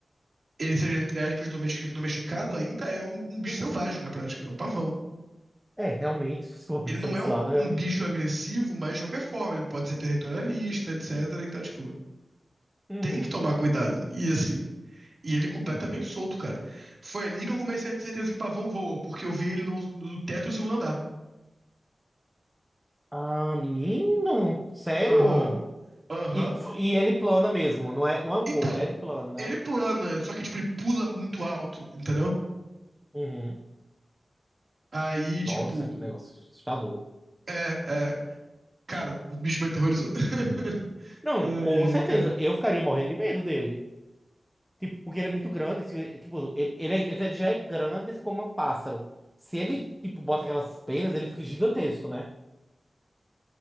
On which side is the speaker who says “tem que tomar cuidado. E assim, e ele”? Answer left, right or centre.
Right